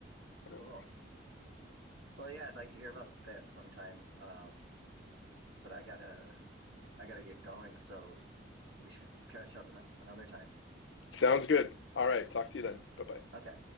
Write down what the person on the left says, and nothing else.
you
know,
sounds good. All right, talk to you then. Bye bye.